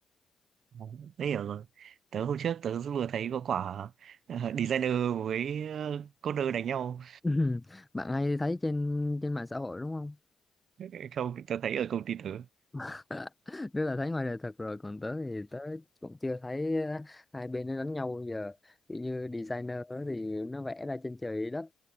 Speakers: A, on the right (about 75°); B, in the centre.
A: Đấy, Tớ hiểu rồi. Tớ hôm trước tớ vừa thấy có quả ờ, designer với ờ, coder đánh nhau.
B: <laughs> bạn hay thấy trên trên mạng xã hội đúng không
A: <laughs> Không, tớ thấy ở công ty tớ.
B: <laughs> Nếu là thấy ngoài đời thật rồi còn tớ thì tớ cũng chưa thấy ờ, hai bên nó đánh nhau bao giờ kiểu như designer đó thì nó vẽ ra trên trời dưới đất